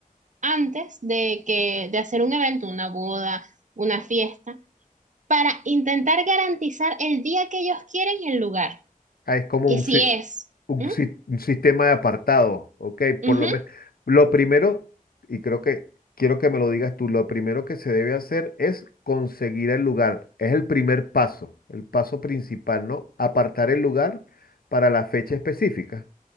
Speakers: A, on the right; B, on the left.
A: antes de que de hacer un evento, una boda, una fiesta, para intentar garantizar el día que ellos quieren y el lugar.
B: Ah, Es como
A: Y
B: un,
A: si
B: ci-
A: es,
B: un,
A: ¿Mm?
B: sis- un sistema de apartado, ¿ok?
A: Ujú.
B: Por lo menos, lo primero, y creo que quiero que me lo digas tú, lo primero que se debe hacer es conseguir el lugar. Es el primer paso, el paso principal, ¿no? Apartar el lugar para la fecha específica.